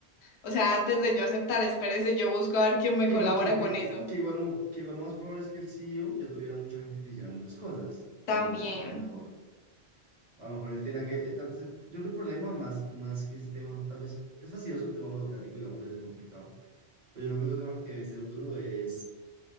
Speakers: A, on the left (about 80°); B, on the right (about 45°).
A: o sea, antes de yo aceptar, espérese, yo busco a ver quién me
B: Que
A: colabora
B: igual, que, que,
A: con eso.
B: que, que igual, lo- que igual lo más probable es que el CEO ya tuviera mucha gente que le hiciera muchas cosas, realmente,
A: También,
B: a lo mejor. A lo mejor él tenía que, eh, tal vez, yo creo que el problema más, más que ese tema, tal vez es fastidioso el tema burocrático, digamos, debe ser complicado. Pero yo creo que otro tema que debe ser duro es,